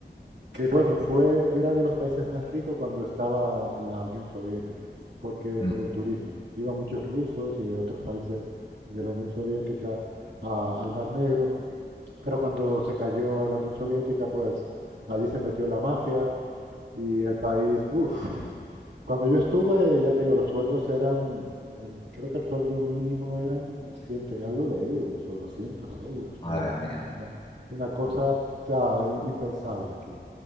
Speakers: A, on the right; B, on the left.
A: Que bueno, fue, era de los países más ricos cuando estaba en la Unión Soviética, porque
B: Mm,
A: por el turismo. Iban muchos rusos y de otros países de la Unión Soviética a- al Mar Negro, pero cuando se cayó la Unión Soviética, pues allí se metió la mafia y el país, uff, cuando yo estuve, ya te digo, los sueldos eran, el- creo que el sueldo mínimo eran ciento y algo de euros o 200 euros,
B: madre
A: todo lo
B: mía.
A: más, una, una cosa, o sea, i- impensable aquí.